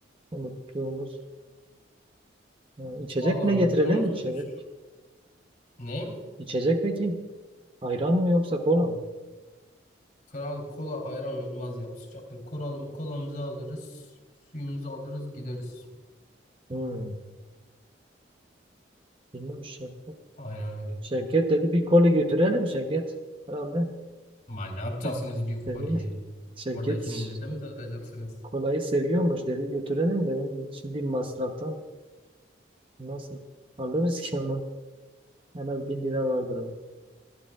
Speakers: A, on the right; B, on the left.
A: Unuttuğumuz. Ha, İçecek
B: Vallahi
A: ne
B: unuttuğumuz
A: getirelim? İçecek.
B: şu- ne?
A: İçecek peki? Ayran mı yoksa kola mı?
B: Kral kola ayran olmaz ya o sıcakta. Koralım kolamızı alırız. Suyumuzu alırız gideriz.
A: Hmm. Bilmiyorum Şevket.
B: Aynen öyle.
A: Şevket dedi bir kola götürelim Şevket. Herhalde.
B: Ma ne yapacaksınız
A: <laughs>
B: bir koliyi?
A: Dedim, Şevket
B: Oradaki
A: işte
B: millete mi dağıtacaksınız?
A: kolayı seviyormuş dedi götürelim dedim. Şimdi masraftan nasıl alırız ki onu? En az bin lira vardır o.